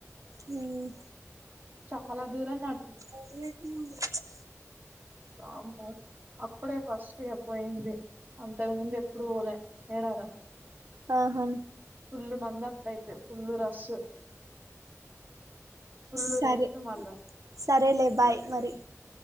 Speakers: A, on the right; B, on the right.
A: మ్మ్
B: చాలా దూరం నడ్
A: <inaudible>
B: వామ్మో అప్పుడే ఫస్ట్ ఇగ పోయింది అంతకు ముందు ఎప్పుడు పోలే మేడారం
A: ఆహా
B: ఫుల్లు మంద అప్పుడైతే ఫుల్లు రష్ ఫుల్
A: సరే
B: రేట్లు మళ్ళా
A: సరేలే బాయ్ మరి.